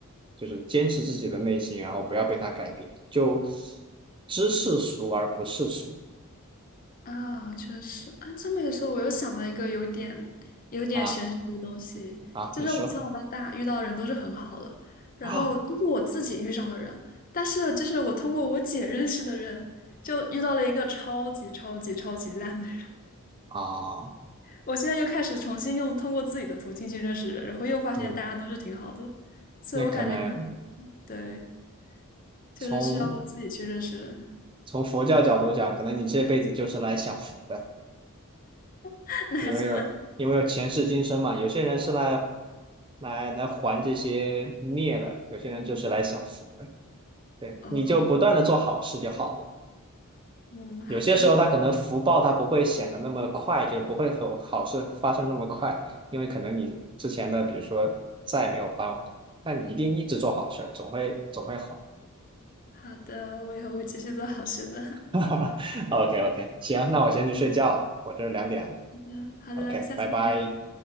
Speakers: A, on the right; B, on the left.
A: 就是坚持自己的内心，然后不要被他改变，就知世俗而不世俗
B: 啊，确实啊，这么一说，我又想到一个有点有点玄学的东西，
A: 啊啊！
B: 就是我从小到大遇到人都是很好的，
A: 你说
B: 然后都是我自己遇上的人，
A: 啊
B: 但是就是我通过我姐认识的人，就遇到了一个超级超级超级烂的人。
A: 啊
B: 我现在又开始重新用通过自己的途径去认识人，然后又发现大家都是挺好的，
A: 嗯，
B: 所以我感觉可能
A: 那可能
B: 对，就是需要我自己去认识人，
A: 从从佛教角度讲，可能你这辈子就是来享福的，
B: <laughs> 那还是蛮
A: 因为有因为有前世今生嘛，有些人是来。来来还这些孽的，有些人就是来享福的，对，
B: 哦，
A: 你就不断的做好事就好了。
B: 嗯，好的
A: 有些时候它可能福报它不会显得那么快，就是不会和好事发生那么快，因为可能你之前的比如说债没有还完，但你一定一直做好事儿总会总会好。
B: 好的，我以后会继续做好事的。
A: <laughs> OK OK，行，那我先去睡觉了，我这两点了。
B: 好的，好的，
A: OK，
B: 下次再聊，
A: 拜拜。
B: 拜拜。